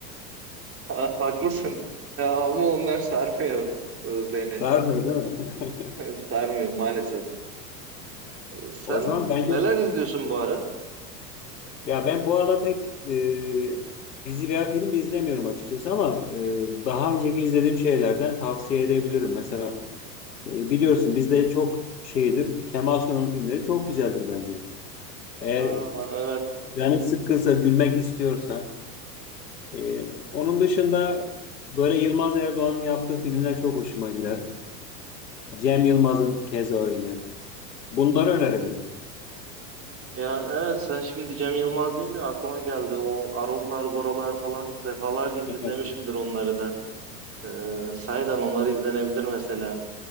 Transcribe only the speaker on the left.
Sarmıyor değil mi?
<laughs>
O zaman bence
ya ben bu arada pek e, dizi veya film izlemiyorum açıkçası ama e, daha önceki izlediğim şeylerden tavsiye edebilirim. Mesela e, biliyorsun bizde çok şeydir Kemal Sunal'ın filmleri çok güzeldir bence. Eğer
canın sıkkınsa gülmek istiyorsan Ee, onun dışında böyle Yılmaz Erdoğan'ın yaptığı filmler çok hoşuma gider. Cem Yılmaz'ın keza öyle. Bunları önerebilirim.
Evet.